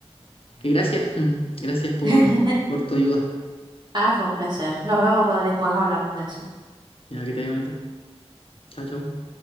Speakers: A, on the left; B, on the right.
A: que gracias, <laughs> mm, gracias por,
B: <laughs>
A: por tu ayuda,
B: Ah, fue un placer. Nos vemos, Rodríguez, después hablamos de eso.
A: ya que te haya bonito. Hola, ¿cómo?